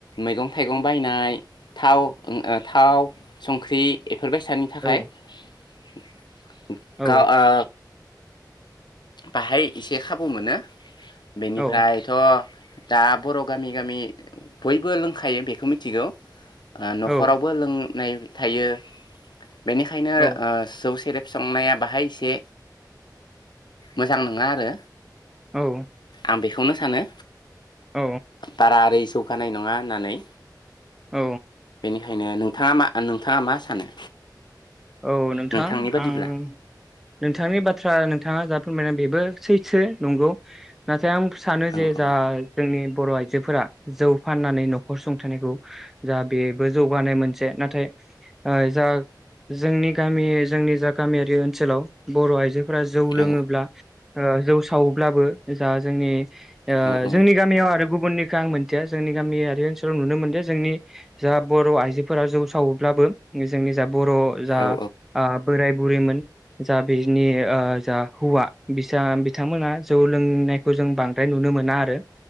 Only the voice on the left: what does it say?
मैगं थाइगं बायनाय थाव थाव संख्रि फोरबायसानि थाखाय
<inaudible>
गा ओ बाहाय एसे खाबु मोनो। बेनिफ्रायथ
दा बर' गामि गामि बयबो लोंखायो बेखौ मिथिगौ। आ नखरावबो
लोंनाय थायो। बेनिखायनो
ओ जौ सेरेब। संनाया बाहाय एसे। मोजां नोङा आरो।
आं बेखौनो सानो।
बारारि जौगानाय नङा होननानै
खायनो नोंथाङा मा नोंथाङा मा सानो?
नोंथांनि बादिब्ला
औ
औ
औ
औ औ
औ